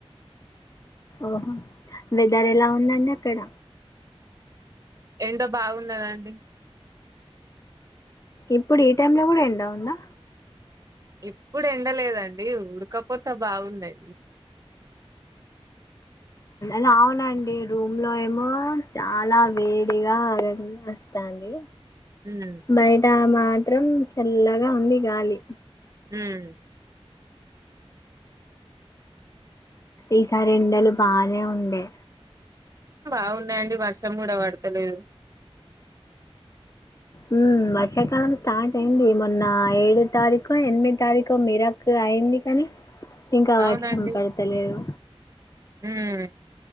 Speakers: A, on the left; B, on the right.
A: ఓహో వెదర్ ఎలా ఉందండి అక్కడ
B: ఎండ బాగున్నదండి
A: ఇప్పుడు ఈ టైమ్ లో కూడా ఎండ వుందా
B: ఎప్పుడు ఎండలేదండి ఉడకపోత బాగుంది
A: లా అవునండి రూమ్ లో ఏమో చాలా వేడిగ ఉంది టాంది
B: ఉమ్
A: బయట మాత్రం చల్లగా ఉంది గాలి
B: ఉమ్
A: ఈసారి ఎండలు బానే ఉండే
B: అవునండి వర్షం కూడా పడతలేదు
A: ఉమ్ వర్షాకాలం స్టార్ట్ అయింది మొన్న ఏడో తారీకో ఎనిమిది తారీకో మిరక్క అయింది కానీ ఇంకా
B: అవునండి
A: వర్షం పడతలేదు
B: ఉమ్